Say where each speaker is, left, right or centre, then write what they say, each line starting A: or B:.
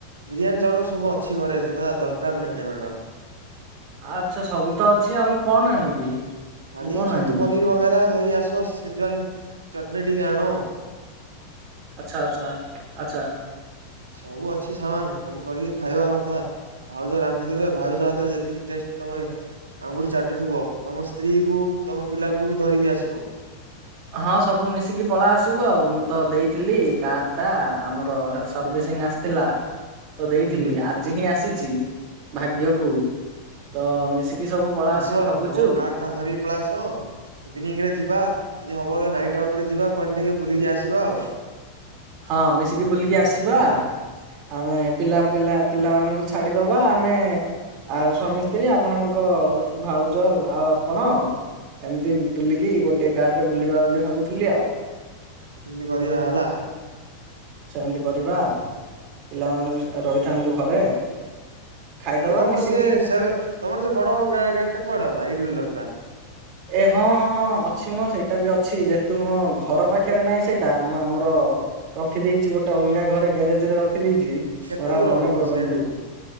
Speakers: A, on the right; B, on the right.
A: ବିରିୟାନୀ ଚାଉଳ ସବୁ ଅଛି ଘରେ ସେଟା ଦରକାର ନାହିଁ ଆଣିବାଟା।
B: ଆଛା ସବୁ ତ ଅଛି ଆଉ ମୁଁ କଣ ଆଣିବି?
A: ଖାଲି
B: ମୁଁ କଣ
A: ଛତୁ
B: ଆଣିବି
A: ପନିର ବଗେରା ଧରି ଆସ ସିଯୁଆନ ଚଟନୀ ଟିକେ ଆଣ ଆଉ।
B: ଆଛା ଆଛା ଆଛା।
A: ସବୁ ଅଛି ସାମାନ ଖାଲି କରିକି ଖାଇବା କଥା। ଭାଉଜ ରାନ୍ଧିଥିବେ ଭାଉଜ ହାତରେ ଯେତିକି ଟେଷ୍ଟ ତମେ ଆଙ୍ଗୁଠି ଚାଟୁଥିବ ତମ ସ୍ତ୍ରୀ କୁ ତମ ପିଲାକୁ ବି ଧରିକି ଆସିବ।
B: ହଁ ସବୁ ମିଶିକି ପଳା ଆସିବ ଆଉ। ମୁଁ ତ ଦେଇଥିଲି କାର ଟା ଆମର ସର୍ଭିସ ଦିନେ ଆସିଥିଲ। ତ
A: ହୁଁ
B: ଦେଇଥିଲି
A: ହୁଁ
B: ଆଜି ହିଁ ଆସିଛି। ଭାଗ୍ୟକୁ ତ ସବୁ ପଳା
A: ଆସ
B: ଆସିବୁ ଭାବୁଛୁ।
A: ତମ କାରଟା ଧରିକି ପଳେଇ ଆସ। ଇଭିନିଂ ରେ ଯିବା। ଯଦି ହବ ହେଲା ନାଇଟ୍ ଆଉଟରେ ଯିବା। କୁଆଡ଼େ ଟିକେ ବୁଲିକି ଆସିବା ଆଉ।
B: ହଁ, ମିଶିକି ବୁଲିକି ଆସିବା। ଆମେ ପିଲା ପିଲା ପିଲାମାନଙ୍କୁ ଛାଡିଦବା। ଆମେ ଆଉ ସ୍ୱାମୀ ସ୍ତ୍ରୀ ଆପଣଙ୍କ ଭାଉଜ ଆଉ ଆପଣ ଏମିତି ବୁଲିକି ଗୋଟେ ଗାଁ ରେ ବୁଲିବା ବୋଲି ଭାବୁଥିଲି ଆଉ।
A: ସେନ୍ତି କରିବା ହେଲା।
B: ସେମିତି କରିବା। ପିଲାମାନେ ରହିଥାନ୍ତୁ ଘରେ ଖାଇଦବା
A: ନହେଲେ ତମର
B: ମିଶିକି
A: ସେ ସେ ତମର ସେ ବଡ ଗାଡି ଟା କୁଆଡେ ହେଲା। ଏଇଟବିଲର ଟା।
B: ଏ ହଁ ହଁ ଅଛି ମଁ ସେଇଟା ବି ଅଛି। ଯେହେତୁ ମୋ ଘର ପାଖରେ ନାହିଁ। ସେଇଟା ମୁଁ ଆମର ରଖିଦେଇଚି ଗୋଟେ ଅଲଗା ଘରେ। ଗ୍ୟାରେଜ ରେ ରଖିଦେଇଚି। ଚି
A: କେତେ
B: ମରା
A: ଦୂର
B: ମନେ
A: ଘର
B: ପଡୁନି।
A: ସେଇଠୁ